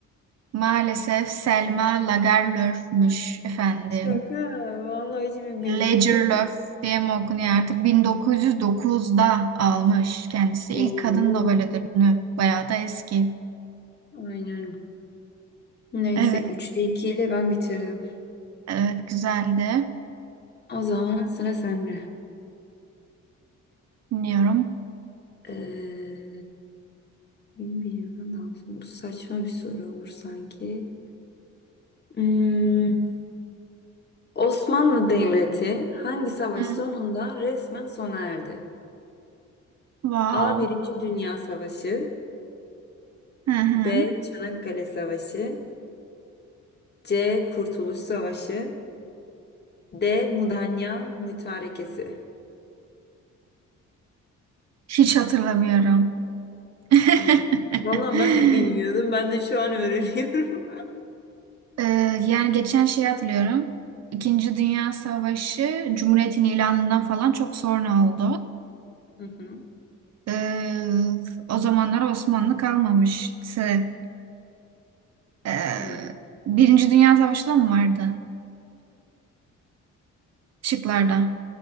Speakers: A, on the right (about 60°); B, on the left (about 35°).
A: Maalesef Selma Lagerlöf'müş efendim.
B: Şaka. Vallahi hiçbir
A: Lagerlöf
B: bilgim yok.
A: diye mi okunuyor artık? 1909'da almış kendisi. ilk
B: Oo.
A: kadın Nobel ödülünü. Bayağı da eski.
B: Aynen Neyse
A: Evet,
B: üçte 2 ile ben bitirdim.
A: evet güzeldi.
B: O zaman sıra sende.
A: Dinliyorum.
B: Ee, 21 yıldan daha sonra. Bu saçma bir soru olur sanki. Hmm, Osmanlı Devleti hangi savaş
A: Hı.
B: sonunda resmen sona erdi?
A: Wow.
B: A. Birinci Dünya Savaşı
A: Hı hı.
B: B. Çanakkale Savaşı C. Kurtuluş Savaşı D. Mudanya Mütarekesi.
A: Hiç hatırlamıyorum. <laughs>
B: Hmm. Valla ben de bilmiyordum. Ben de şu an öğreniyorum.
A: Ee, yani geçen şeyi hatırlıyorum. İkinci Dünya Savaşı Cumhuriyet'in ilanından falan çok sonra oldu.
B: <laughs> Hı hı.
A: Ee, o zamanlar Osmanlı kalmamıştı. Ee,
B: Hı.
A: Birinci Dünya Savaşı da mı vardı? Şıklarda.